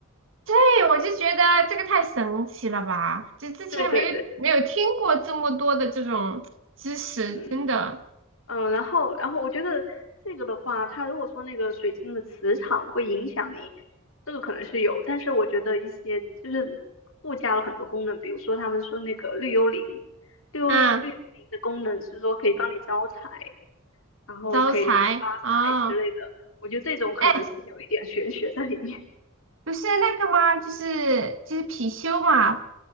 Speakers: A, on the right; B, on the left.
A: 对，我就觉得这个太神奇了吧！就之前没有没有听过这么多的这种知识，
B: 对对对，嗯
A: 真的。
B: 嗯，然后然后我觉得这个的话，它如果说那个水晶的磁场会影响你，这个可能是有，但是我觉得一些就是附加了很多功能，比如说他们说那个绿幽灵，绿幽绿幽灵的功能是说可以帮你招财，
A: 嗯，
B: 然后可以让你发财之类的，
A: 招财啊，
B: 我觉得这种可能是有一点玄学在里面。
A: 哎，不是那个吗？就是就是貔貅嘛，